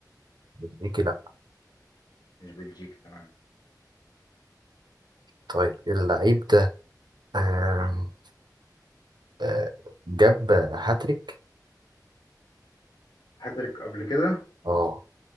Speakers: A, on the right (about 85°); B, on the left (about 75°).
A: بلجيكي لا
B: مش بلجيكي تمام
A: طيب اللعيب ده آم، آه، جاب هاتريك
B: هاتريك قبل كده؟
A: اه